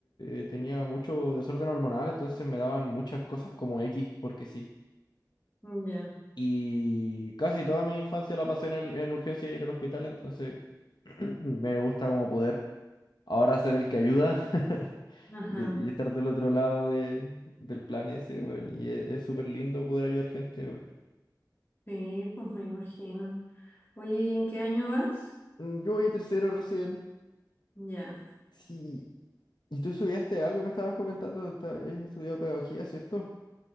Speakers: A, on the left; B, on the left.
A: eh, tenía mucho desorden hormonal, entonces me daban muchas cosas como X, porque sí.
B: mm, Ya.
A: Y casi toda mi infancia la pasé en, el- en urgencias y en el hospital, entonces <clears throat> me gusta como poder ahora ser el que ayuda <laughs>
B: Ajá.
A: y, y estar del otro lado de, del plan ese, weón. Y e- es súper lindo poder ayudar gente, weón.
B: Sí, pues me imagino. Oye, ¿y en qué año vas?
A: Mm, Yo voy a tercero recién.
B: Ya.
A: Sí. ¿Y tú estudiaste algo? Me estabas comentando, esta- habías estudiado pedagogía, ¿cierto?